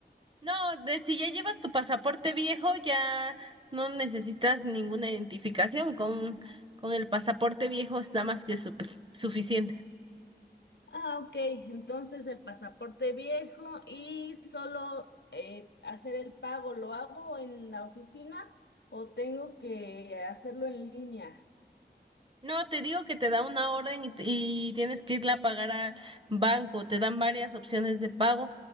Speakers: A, on the right (about 30°); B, on the left (about 70°).
A: No, de si ya llevas tu pasaporte viejo, ya no necesitas ninguna identificación. Con, con el pasaporte viejo está más que supe- suficiente.
B: Ah, ok, entonces el pasaporte viejo y solo eh, hacer el pago, ¿lo hago en la oficina o tengo que hacerlo en línea?
A: No, te digo que te da una orden y, y tienes que irla a pagar a banco. Te dan varias opciones de pago.